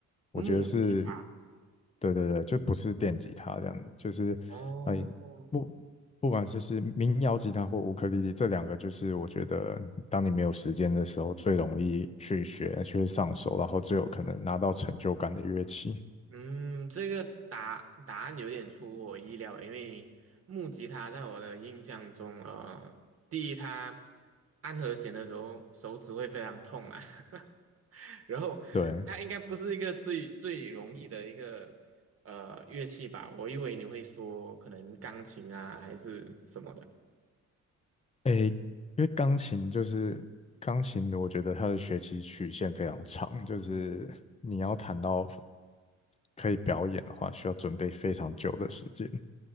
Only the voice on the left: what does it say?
我觉得是，
对对对，就不是电吉他这样，就是呃
木。不管就是民谣吉他或乌克丽丽，这两个就是我觉得，当你没有时间的时候，最容易去学、去上手，然后最有可能拿到成就感的乐器。
对，
诶，因为钢琴就是钢琴，我觉得它的学习曲线非常长，就是你要弹到可以表演的话，需要准备非常久的时间。